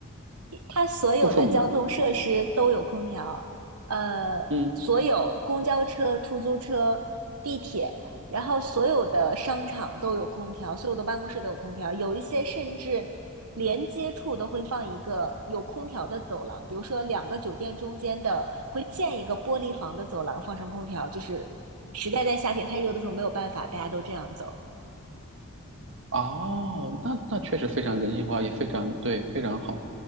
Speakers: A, on the right; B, on the right.
A: 它所有的交通设施都有空调，
B: 不出门。
A: 呃，
B: 嗯，
A: 所有公交车、出租车、地铁，然后所有的商场都有空调，所有的办公室都有空调，有一些甚至连接处都会放一个有空调的走廊，比如说两个酒店中间的会建一个玻璃房的走廊，放上空调，就是实在在夏天太热的时候没有办法，大家都这样走。
B: 哦，那那确实非常人性化，也非常对，非常好。